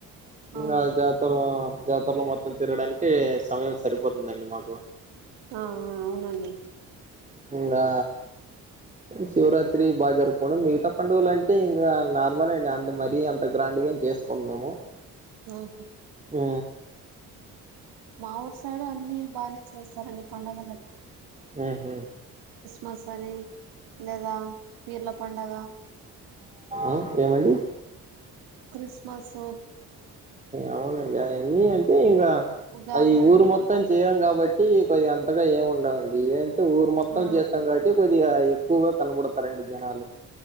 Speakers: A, on the right (about 85°); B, on the right (about 20°).
A: అవును
B: ఇంగా జాతర ఆ జాతరలో మొత్తం తిరడానికే సమయం సర్ సరిపోతుందండి మాకు
A: ఆ ఆ అవునండి
B: ఇంగా శివరాత్రి బాగా జరుపుకోవడం మిగతా పండుగలు అంటే ఇంకా నార్మలే అండి అంత మరీ అంత గ్రా గ్రాండుగేమి చేసుకోము మేము
A: ఆహా
B: ఉ
A: మా ఊరు సైడు అన్ని బాగానే చేస్తారండి పండుగలన్ని.
B: ఉహు
A: మసారి లేదా పీర్ల పండగ
B: ఆ ఏమండి
A: క్రిస్మసు
B: అవునండి అవన్నీ అంటే ఇంకా
A: ఉగాది
B: అది
A: అన్ని
B: ఊరు మొత్తం
A: ప
B: చేయం కాబ ట్టి కొద్దిగా అంతగా ఏమి ఉండవండి ఏంటే ఊరు మొత్తం
A: ఆ
B: చేస్తాం కాబట్టి కొద్దిగా ఎక్కువగా కనపడుతారండి జనాలు